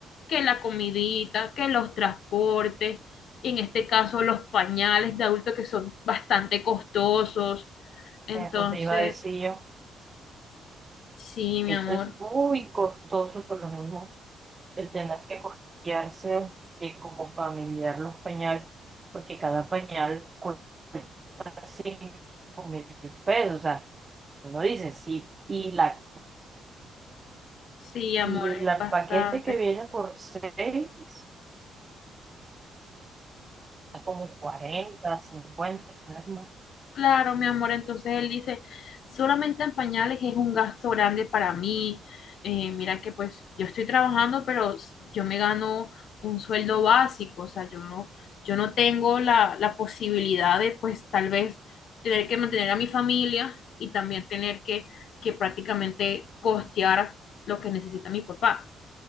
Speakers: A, on the left (about 65°); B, on the right (about 30°).
A: que la comidita, que los transportes, y en este caso los pañales de adulto que son bastante costosos. Entonces,
B: Eso me iba a decir yo.
A: Sí, mi
B: Eso
A: amor.
B: es muy costoso, por lo mismo, el tener que costearse eh, como familiar los pañales, porque cada pañal cuesta cinco mil pesos. O sea, uno dice sí. Y la,
A: Sí, amor,
B: y
A: es
B: la
A: bastante.
B: paquete que viene por 6, está como 40, 50, ¿sabes más?
A: Claro, mi amor. Entonces él dice, solamente en pañales es un gasto grande para mí. Eh, mira que pues yo estoy trabajando, pero s- yo me gano un sueldo básico. O sea, yo no, yo no tengo la, la posibilidad de pues tal vez tener que mantener a mi familia y también tener que, que prácticamente costear lo que necesita mi papá.